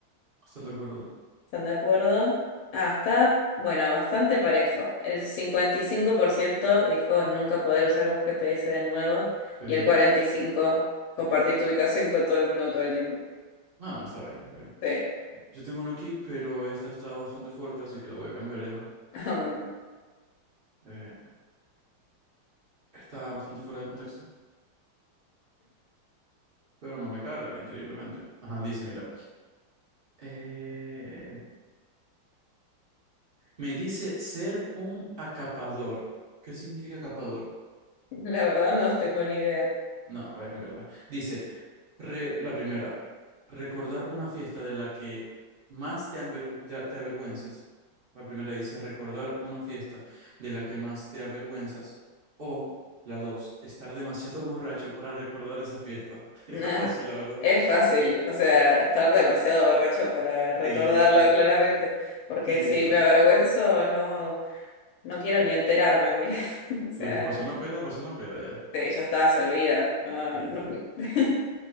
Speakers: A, on the right; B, on the left.
A: Bastante de acuerdo.
B: están de acuerdo. Ah, está, bueno, bastante parejo. El 55% dijo nunca poder usar un GPS de nuevo
A: Ok.
B: y el 45% compartir tu ubicación con todo el mundo todo el tiempo.
A: Ah, está bien, está bien.
B: Sí,
A: Yo tengo uno aquí, pero esta está bastante fuerte, así que la voy a cambiar yo.
B: ah, bueno.
A: Eh, está bastante fuera de contexto, pero no me carga, increíblemente. Ajá, dice, mira. eh, me dice ser un acapador. ¿Qué significa acapador?
B: <laughs> La verdad no tengo ni idea.
A: No, voy a cambiarla. Dice, re- la primera, recordar una fiesta de la que más te, avergü- de- te avergüences. La primera dice, recordar una fiesta de la que más te avergüenzas. O la dos, estar demasiado <laughs> borracho para recordar esa fiesta. <laughs> Está
B: Nah,
A: fácil, la verdad.
B: es fácil, o sea, estar demasiado borracho para recordarlo
A: Sí, sí,
B: claramente, porque
A: sí,
B: si
A: sí.
B: me avergüenzo, no. No quiero ni enterarme, mira. <laughs> O sea,
A: Lo que pasó en la peda, pasó en la peda ya.
B: sí, ya está, se olvida. No,
A: Sí,
B: no.
A: sí.
B: <laughs>